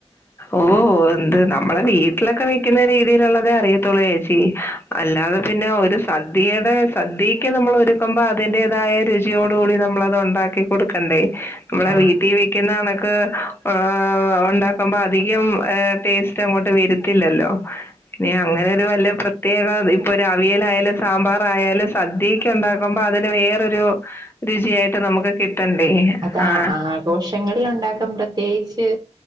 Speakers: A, on the left; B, on the right.
A: ഓ എന്ത് നമ്മളെ വീട്ടിലൊക്കെ വെക്കുന്ന രീതിയിലുള്ളതേ അറിയതൊള്ളൂ ചേച്ചി അല്ലാതെ പിന്നെ ഒരു സദ്യയുടെ സദ്യക്ക് നമ്മൾ ഒരുക്കുമ്പോ അതിന്റേതായ രുചിയോടു കൂടി നമ്മളത് ഉണ്ടാക്കി കൊടുക്കണ്ടേ നമ്മളെ
B: ആഹ്
A: വീട്ടിൽ വെക്കുന്ന കണക്ക് ഓ ഉണ്ടാക്കുമ്പോ അധികം ടേസ്റ്റ് അങ്ങോട്ട് അധികം ടേസ്റ്റ് അങ്ങോട്ട്‌ വരത്തില്ലല്ലോ. ഇനി അങ്ങനെ ഒരു വല്യ പ്രത്യേക ഇപ്പൊരു അവിയലായാല സാമ്പാർ ആയാല് സദ്യക്ക് ഉണ്ടാക്കുമ്പോ അതിന് വേറൊരു രുചിയായിട്ട് നമുക്ക് കിട്ടണ്ടേ
B: അതാ
A: ആ
B: ആഘോഷങ്ങളിൽ ഉണ്ടാക്കും പ്രത്യേകിച്ച്